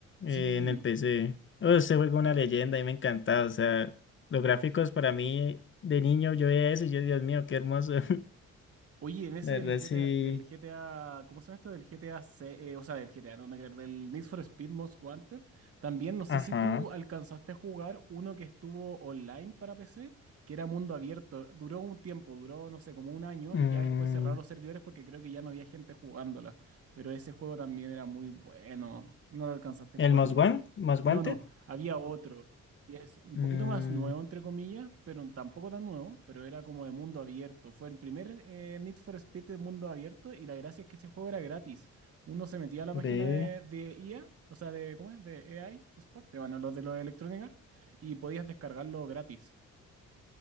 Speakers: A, on the right; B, on the left.
A: Sí.
B: eh, en el P C, Oh, ese juego es una leyenda y me encantaba, o sea, los gráficos para mí de niño, yo veía eso y yo, Dios mío, qué hermoso. <laughs>
A: Oye, en ese
B: La verdad
A: del
B: sí.
A: GTA, del GTA, ¿cómo se llama esto? Del GTA C, eh, o sea, del GTA, no, nada que ver, del Need for Speed Most Wanted. También, no sé
B: Ajá.
A: si tú alcanzaste a jugar uno que estuvo online para PC, que era mundo abierto. Duró un tiempo, duró, no sé, como un año
B: Mm,
A: y ya después cerraron los servidores porque creo que ya no había gente jugándola. Pero ese juego también era muy bueno. No lo alcanzaste a
B: el
A: jugar,
B: Most
A: ¿no?
B: Wan- Most
A: No,
B: Wanted.
A: no, había otro. Y es un
B: Mm,
A: poquito más nuevo, entre comillas, pero tampoco tan nuevo, pero era como de mundo abierto. Fue el primer eh, Need for Speed de mundo abierto y la gracia es que ese juego era gratis. Uno se metía a la página
B: ve,
A: de, de IA, o sea, de, ¿cómo es? De AI Sport, de, bueno, los de los Electronic Arts, y podías descargarlo gratis.